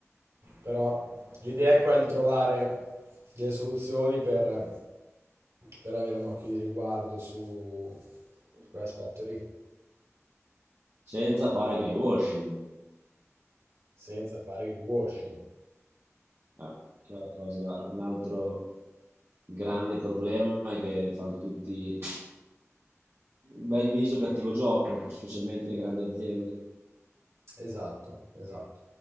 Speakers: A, on the right; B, on the right.
A: Però l'idea è quella di trovare delle soluzioni per, per avere un occhio di riguardo su, su quell'aspetto lì,
B: senza fare greenwashing.
A: senza fare il washing.
B: Ah, che è la cosa- un altro grande problema è che fanno tutti bel viso, cattivo gioco, specialmente le grandi aziende.
A: Esatto, esatto.